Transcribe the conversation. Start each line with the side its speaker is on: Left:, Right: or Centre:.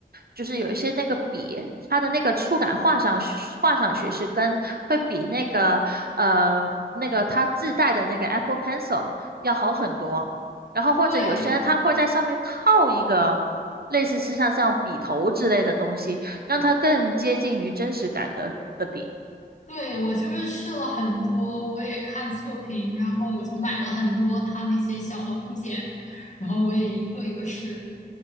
Right: 就是有一些那个笔，它的那个触感画上去画上去是跟会比那个呃那个它自带的那个 Apple Pencil 要好很多。然后或者有些人他会在上面套一个类似是像这样笔头之类的东西，
Left: 对，
Right: 让它更接近于真实感的的笔。
Left: 对，我就是试了很多，我也看测评，然后我就买了很多它那些小的部件，然后我也一个一个试。